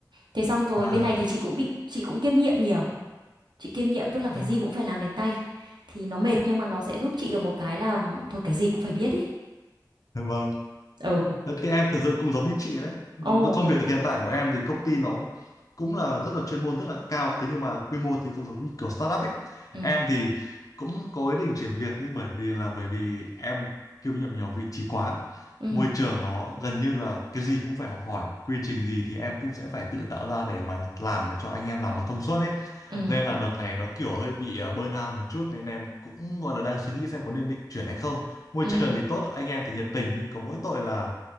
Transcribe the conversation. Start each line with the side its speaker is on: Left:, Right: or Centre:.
Right: thế xong rồi
Left: À.
Right: bên này thì chị cũng bị chị cũng kiêm nhiệm nhiều chị kiêm nhiệm tức là
Left: Ờ.
Right: cái gì cũng phải làm đến tay thì nó mệt nhưng mà nó sẽ giúp chị được một cái là thôi cái gì cũng phải biết ý
Left: Vâng.
Right: ừ Ừ.
Left: Đấy, Thì em thực sự cũng giống như chị đấy. Với
Right: ồ
Left: Công việc hiện tại của em thì công ty nó cũng cũng là rất là chuyên môn rất là cao. Thế nhưng mà quy mô thì cũng giống như kiểu startup ấy.
Right: ừ
Left: Em thì cũng có ý định chuyển việc nhưng bởi vì là bởi vì em kiêm nhiệm nhiều vị trí quá.
Right: ừ
Left: Môi trường nó gần như là cái gì cũng phải học hỏi. Quy trình gì thì em cũng sẽ phải tự tạo ra để mà làm để cho anh em làm mà thông suốt ấy.
Right: ừ
Left: Nên là đợt này nó kiểu hơi bị ờ, burnout một chút nên em cũng gọi là đang suy nghĩ xem có nên định chuyển hay không. Môi
Right: ừ
Left: trường thì tốt, anh em thì nhiệt tình nhưng có mỗi tội là